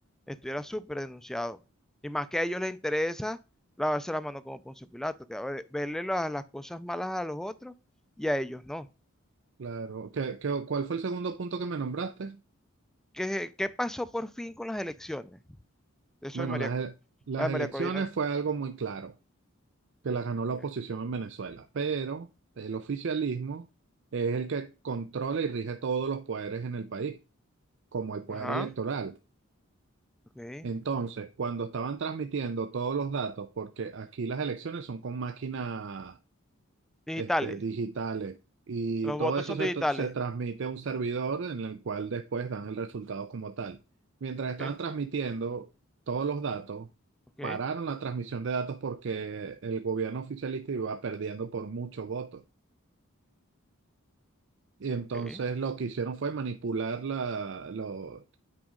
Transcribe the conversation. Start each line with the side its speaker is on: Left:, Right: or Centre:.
Centre: estuviera súper denunciado. Y más que a ellos les interesa lavarse las manos como Poncio Pilato, que a ver, verle las, las cosas malas a los otros y a ellos no.
Right: Claro. ¿Qué, qué- cuál fue el segundo punto que me nombraste?
Centre: ¿Qué, qué pasó por fin con las elecciones? Eso
Right: Bueno,
Centre: de María,
Right: las,
Centre: Co-
Right: e- las
Centre: la de María
Right: elecciones
Centre: Corina.
Right: fue algo muy claro, que las ganó la
Centre: ok,
Right: oposición en Venezuela, pero el oficialismo es el que controla y rige todos los poderes en el país, como el poder
Centre: Ajá,
Right: electoral.
Centre: ok.
Right: Entonces, cuando estaban transmitiendo todos los datos, porque aquí las elecciones son con máquinas
Centre: Digitales.
Right: este, digitales y
Centre: Los
Right: todo
Centre: votos
Right: eso
Centre: son
Right: se,
Centre: digitales.
Right: tra- se transmite a un servidor en el cual después dan el resultado como tal. Mientras estaban
Centre: Ok,
Right: transmitiendo todos los datos,
Centre: ok,
Right: pararon la transmisión de datos porque el gobierno oficialista iba perdiendo por muchos votos. Y entonces
Centre: ok.
Right: lo que hicieron fue manipular la lo-